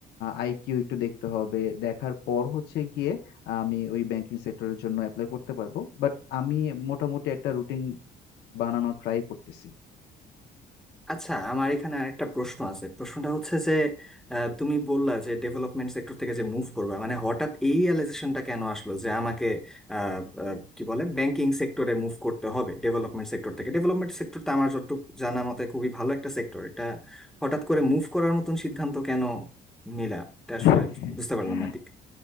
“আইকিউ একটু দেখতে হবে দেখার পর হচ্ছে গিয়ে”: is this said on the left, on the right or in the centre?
Left